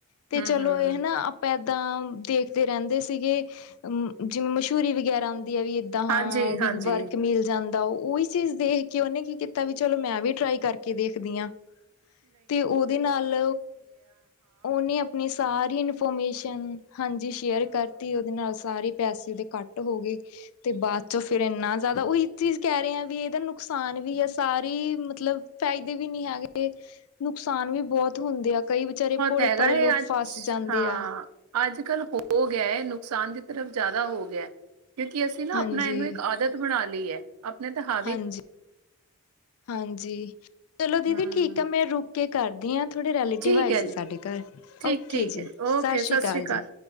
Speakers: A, on the left; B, on the right.
A: ਤੇ
B: ਹਮ
A: ਚਲੋ
B: ਹਮ
A: ਇਹ ਨਾ ਐਦਾਂ, ਦੇਖਦੇ ਰਹਿੰਦੇ ਸੀਗੇ, ਅਮ ਜਿਵੇਂ ਮਸ਼ਹੂਰੀ ਵਗੈਰਾ ਆਂਦੀ ਆ ਵੀ ਤਾਂ ਹਾਂ,
B: ਹਾਂਜੀ
A: ਬੀ
B: ਹਾਂਜੀ
A: ਵਰਕ ਮਿਲ ਜਾਂਦਾ, ਹੋਉ ਉਹੀ ਚੀਜ਼ ਦੇਖਕੇ ਉਹਨੇ ਕੀ ਕੀਤਾ, ਵਈ ਚਲੋ ਮੈਂ ਵੀ ਟ੍ਰਾਈ ਕਰਕੇ ਦੇਖਦੀ ਆਂ। ਤੇ ਉਹਦੇ ਨਾਲ, ਉਹਨੇ ਅਪਣੀ ਸਾਰੀ ਇਨਫੋਰਮੇਸ਼ਨ ਹਾਂਜੀ, ਸ਼ੇਅਰ ਕਰਤੀ ਉਹਦੇ ਨਾਲ ਸਾਰੇ ਪੈਸੇ ਦ ਕਟ ਹੋਗੇ, ਤੇ ਬਾਅਦ'ਚੋਂ ਫੇਰ ਇੰਨਾ ਜ਼ਿਆਦਾ ਓਹੀ ਚੀਜ਼ ਕਹਿ ਰੈਆਂ, ਵੀ ਇਹਦਾ ਨੁਕਸਾਨ ਵੀ ਐ ਸਾਰੀ, ਮਤਲਬ ਫਾਇਦੇ ਵੀ ਨੀ ਹੈਗੇ, ਨੁਕਸਾਨ ਵੀ ਬਹੁਤ ਹੁੰਦੇ ਆ। ਕਈ ਵਿਚਾਰੇ ਭੋਲੇ-ਭਾਲੇ
B: ਹੈਗਾ
A: ਲੋਕ
B: ਏ ਅੱਜ
A: ਫਸ ਜਾਂਦੇ
B: ਹਾਂ,
A: ਆ।
B: ਅੱਜ-ਕੱਲ ਹੋਗਿਆ ਏ, ਨੁਕਸਾਨ ਦੀ ਤਰਫ ਜ਼ਿਆਦਾ ਹੋ ਗਿਆ। ਕਿਉਂਕੀ ਅਸੀਂ ਨਾ
A: ਹਾਂਜੀ
B: ਆਪਣਾ ਇਹਨੂੰ ਇੱਕ ਆਦਤ ਬਣਾਲੀ ਐ, ਅਪਣੇ ਤੇ ਹੱ
A: ਹਾਂਜੀ, ਹਾਂਜੀ, ਚਲੋ ਦੀਦੀ
B: ਹੂੰ,
A: ਠੀਕ ਆ ਮੈਂ ਰੁਕ ਕੇ ਕਰਦੀ ਆਂ। ਥੋੜ੍ਹੇ ਰੈਲਿਟਿਵ
B: ਠੀਕ
A: ਆਏ
B: ਐ
A: ਸੀ
B: ਜੀ,
A: ਸਾਡੇ ਘਰ,
B: ਠੀਕ-ਠੀਕ
A: ਓਕੇ ਜੀ,
B: ਐ ਓਕੇ
A: ਸਾਸ੍ਰੀ
B: ਸਤਿ
A: ਅਕਾਲ
B: ਸ੍ਰੀ
A: ਜੀ।